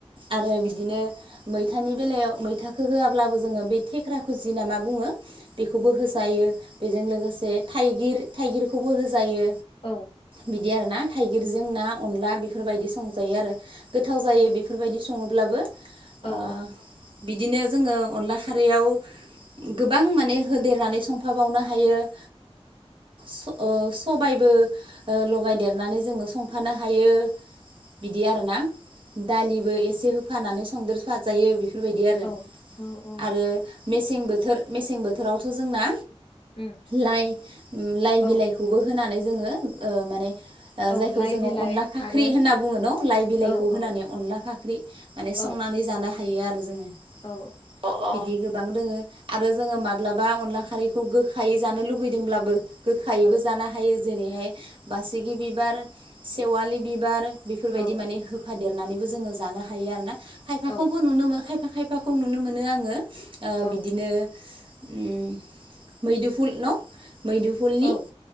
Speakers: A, on the right; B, on the left.
A: आरो बिदिनो मैथानि बेलायाव मैथाखो होयाब्लाबो जोङो बे थेख्रा खुजि ना मा बुङो? बेखौबो होजायो बेजों लोगोसे थाइगिर थाइगिरखौबो होजायो।
B: औ
A: बिदि आरोना थाइगिरजों ना अनला बेफोरबायदि संजायो आरो गोथाव जायो बेफोरबायदि स सङोब्लाबो
B: औ
A: आ बिदिनो जोङो अनला खारैयाव गोबां माने होदेरनानै संफाबावनो हायो ओ स अ सबाइबो ओ लगायदेरनानै जोङो संफानो हायो। बिदि आरोना दालिबो एसे होफानानै संदेर साजायो बि फोरबायदि आरो
B: औ
A: आरो मेसें बोथोर मेसें बोथोरावथ' जोंना
B: उम
A: लाइ लाइ
B: औ
A: बिलाइखौबो होनानै जोङो ओ माने आ
B: औ
A: जायखौ
B: लाइ
A: जोङो
B: बिलाइ
A: अनला फाख्रि
B: आरो
A: होनना बुङो न' लाइ बिलाइखौ
B: औ
A: होनानै
B: औ
A: अनला फाख्रि माने
B: औ
A: संनानै जानो हायो आरो जों
B: औ
A: अ अ बिदिखोब गोबां दोङो आरो जोङो माब्लाबा अनला खारैखो गोखायै जानो लुुबैदोंब्लाबो गोखायैबो
B: औ
A: जानो हायो जेरैहाय बासिगि बिबार सेवालि बिबार बेफोरबायदि
B: औ
A: माने होफादेरनानैबो जोङो जानो हायो आरो ना खायफाखौबो
B: औ
A: नुनो मोनो खायफा खायफाखौ नुनो मोनो आङो
B: औ
A: बिदिनो उम मैदिफुल न मैदुफुलनि
B: औ